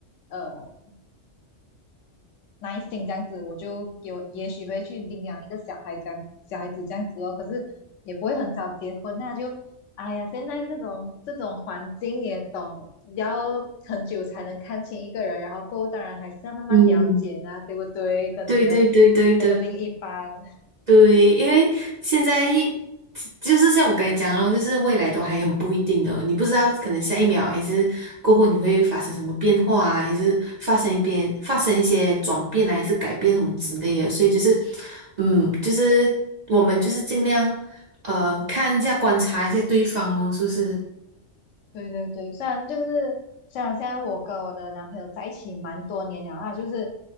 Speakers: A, on the left; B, on the right.
A: 呃耐心这样子，我就有也许会去领养一个小孩这样小孩子这样子哦。可是也不会很早结婚啊，那就哎呀，现在这种这种环境也懂，要很久才能看清一个人，然后过后当然还是要慢慢了解啊，
B: 嗯，
A: 对不对？跟你的那个另一半。
B: 对对对对对。对，因为现在一就是像我刚才讲的咯，就是未来都还很不一定的，你不知道可能下一秒还是过后你会发生什么变化啊，还是发生一变发生一些转变啊，还是改变什么之类的，所以就是，嗯，就是我们就是尽量呃看一下观察一下对方哦，是不是？
A: 对对对，虽然就是虽然现在我跟我的男朋友在一起蛮多年了，那就是